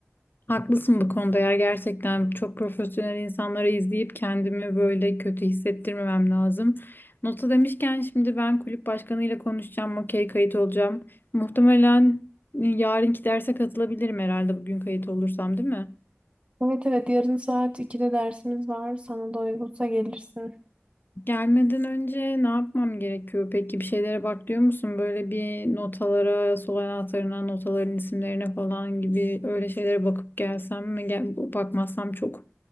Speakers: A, on the left (about 50°); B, on the right (about 25°).
A: haklısın bu konuda ya gerçekten çok profesyonel insanları izleyip kendimi böyle kötü hissettirmemem lazım. Nota demişken şimdi ben kulüp başkanıyla konuşacağım, okey kayıt olacağım. Muhtemelen yarınki derse katılabilirim herhalde bugün kayıt olursam değil mi?
B: Evet evet yarın saat iki'de dersimiz var. Sana da uygunsa gelirsin.
A: Gelmeden önce ne yapmam gerekiyor? Peki bir şeylere bak diyor musun? Böyle bir notalara, sol anahtarına, notaların isimlerine falan gibi öyle şeylere bakıp gelsem mi? Gel- bakmazsam çok